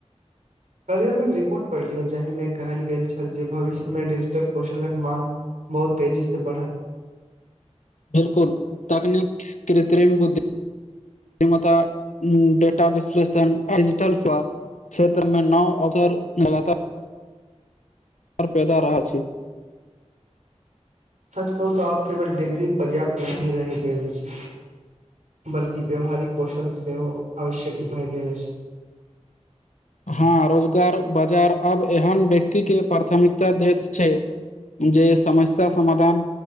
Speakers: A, on the right; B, on the left.
A: काइल हम एक रिपोर्ट पढ़लिए, जाहिमे कहल गेल छल जे भविष्यमे डिजिटल कौशलक मांग बहुत तेजी से पढ़त।
B: बिलकुल तकनीक, किरित्रिम बुद्धि डिमता, उं-उं, डेटा विश्लेषण, जिडिटल स्वा क्षेत्रमे नाव अगर लगातार पर पेदा रहऽ छि।
A: सच कहूँ तऽ आब केवल डीग्री पर्याप्त नहि रहि गेल छै। बल्कि व्यावहारिक कौशल सेहो आवश्यक भए गेल अछि।
B: हाँ, रोजगार बाजार आब एहन व्यक्ति के पारथमिकता दैत छै। जे समस्या समाधान,